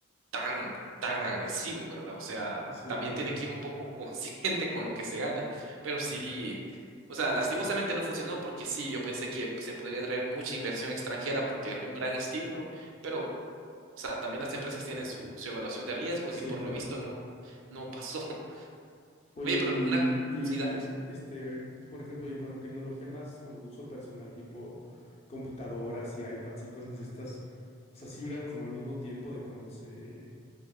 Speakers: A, on the right (about 75°); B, on the left (about 30°).
A: tan, tan agresivo, ¿verdad? O sea,
B: sí,
A: también
B: claro,
A: tiene que ir un poco <laughs> consciente con lo que se gana. Pero sí, o sea, lastimosamente no funcionó porque sí, yo pensé que se podría traer mucha inversión extranjera porque es un gran estímulo, pero, o sea, también las empresas tienen su, su evaluación de riesgos
B: sí,
A: y por
B: claro.
A: lo visto no, no pasó. <laughs>
B: Oye,
A: Oye, pero
B: y,
A: una...
B: y
A: Sí, dale. sí.
B: este, por ejemplo, en cuanto a tecnología más como de uso personal, tipo computadoras y iPads y cosas estas, o sea, sigan como al mismo tiempo de cuando se